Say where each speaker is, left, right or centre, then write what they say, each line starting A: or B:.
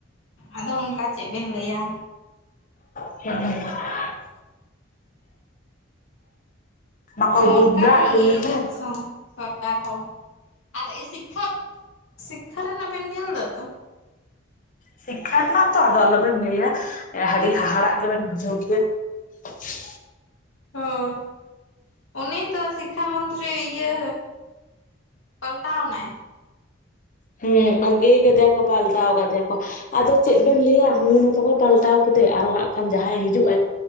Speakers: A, on the left; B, on the left.
A: ᱟᱫᱚ ᱚᱱᱠᱟ ᱪᱮᱫ ᱵᱮᱱ ᱞᱟᱹᱭᱟ?
B: <inaudible> ᱵᱟᱠᱚ ᱵᱩᱡ
A: ᱚᱱᱠᱟᱭ
B: ᱫᱟ ᱪᱤᱞᱤ
A: ᱤᱭᱟᱹᱫᱟ
B: ᱦᱚᱸ
A: ᱥᱚᱝ ᱥᱚᱨᱠᱟᱨ ᱦᱚᱸ ᱟᱨ ᱤ ᱥᱤᱠᱠᱷᱟ ᱥᱤᱠᱠᱷᱟ ᱨᱮᱱᱟᱜ ᱵᱮᱱ ᱧᱮᱞ ᱮᱫᱟ ᱛᱚ᱾
B: ᱥᱤᱠᱠᱷᱟ ᱨᱮᱱᱟᱜ ᱛᱚ ᱟᱫᱚ ᱟᱞᱚᱵᱮᱱ ᱞᱟᱹᱭ ᱟᱹᱰᱤ ᱦᱟᱦᱟᱲᱟᱜ ᱜᱮᱵᱮᱱ ᱵᱩᱡᱷᱟᱹᱣ ᱠᱮᱭᱟ ᱾
A: ᱦᱳᱭ, ᱩᱱᱤ ᱛᱚ ᱥᱤᱠᱠᱷᱟ ᱢᱚᱱᱛᱨᱤ ᱤᱭᱟᱹ ᱯᱟᱞᱴᱟᱣ ᱱᱟᱭ᱾
B: ᱦᱩᱸ ᱵᱷᱟᱜᱮ ᱠᱟᱫᱮᱭᱟ ᱠᱚ ᱯᱟᱞᱴᱟᱣ ᱠᱟᱫᱮᱭᱟ ᱠᱚ ᱾ ᱟᱫᱚ ᱪᱮᱫ ᱵᱮᱱ ᱞᱟᱹᱭᱟ ᱩᱱᱤ ᱢᱟᱛᱚ ᱠᱚ ᱯᱟᱞᱴᱟᱣ ᱠᱮᱫᱮ ᱟᱨᱚ ᱦᱟᱸᱜ ᱠᱷᱟᱱ ᱡᱟᱦᱟᱸᱭ ᱦᱤᱡᱩᱜᱼᱟᱭ